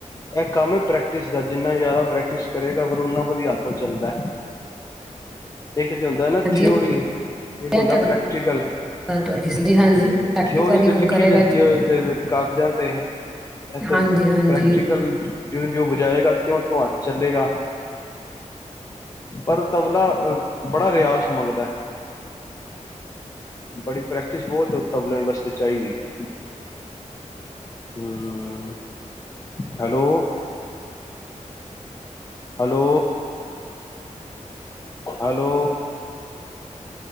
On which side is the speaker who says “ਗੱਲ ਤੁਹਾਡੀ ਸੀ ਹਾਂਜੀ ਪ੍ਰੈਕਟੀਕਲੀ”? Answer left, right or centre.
Centre